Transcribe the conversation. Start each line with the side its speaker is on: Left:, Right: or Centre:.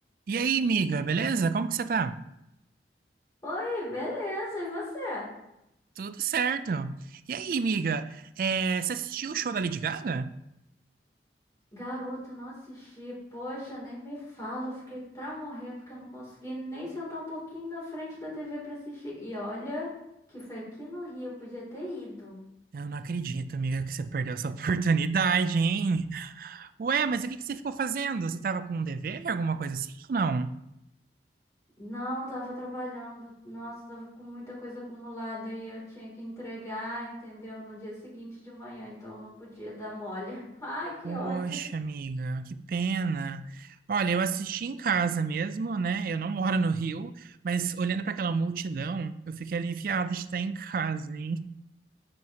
Right: E aí, miga, beleza? Como que você tá?
Left: Oi, beleza, e você?
Right: Tudo certo. E aí, miga, é, você assistiu o show da Lady Gaga?
Left: Garota, não assisti. Poxa, nem me fala. Eu fiquei pra morrer porque eu não consegui nem sentar um pouquinho na frente da TV pra assistir. E olha, que foi aqui no Rio, eu podia ter ido.
Right: Eu não acredito, miga, que você perdeu essa <laughs> oportunidade, hein? Ué, mas o que que você ficou fazendo? Você tava com um dever, alguma coisa assim ou não?
Left: Não, tava trabalhando. Nossa, tava com muita coisa acumulada e eu tinha que entregar, entendeu? No dia seguinte de manhã, então eu não podia dar mole. <laughs> Ai, que
Right: Poxa,
Left: ódio.
Right: amiga, que pena. Olha, eu assisti em casa mesmo, né? Eu não moro no Rio, mas olhando para aquela multidão, eu fiquei aliviada de estar em casa, hein?